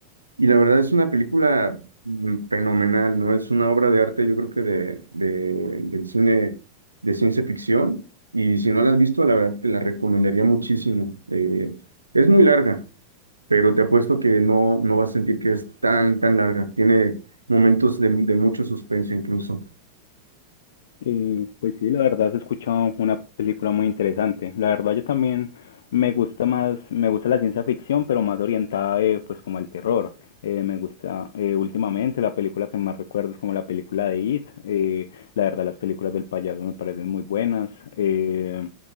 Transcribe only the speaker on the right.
Y la verdad es una película mm, fenomenal, ¿no? Es una obra de arte, yo creo que de, de- del cine de ciencia ficción. Y si no la has visto, la verdad te la recomendaría muchísimo. Eh, es muy larga, pero te apuesto que no, no vas a sentir que es tan, tan larga. Tiene momentos de, de mucho suspenso incluso.